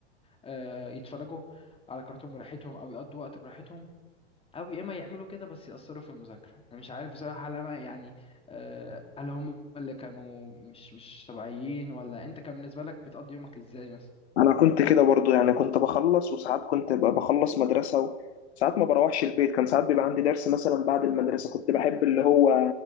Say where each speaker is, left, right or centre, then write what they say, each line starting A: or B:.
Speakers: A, on the left; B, on the left.
A: آه، يتفرجوا على كرتون براحتهم او يقضوا وقت براحتهم أو يا إما يعملوا كده بس يأثروا في المذاكرة أنا مش عارف بصراحة هل أنا يعني آه، هل هم اللي كانوا مش مش طبيعيين ولا أنت كان بالنسبة لك بتقضي يومك إزاي مثلا
B: انا كنت كده برضو يعني كنت بخلص وساعات كنت ببقى بخلص مدرسه وساعات ما بروحش البيت كان ساعات بيبقى عندي درس مثلا بعد المدرسه كنت بحب اللي هو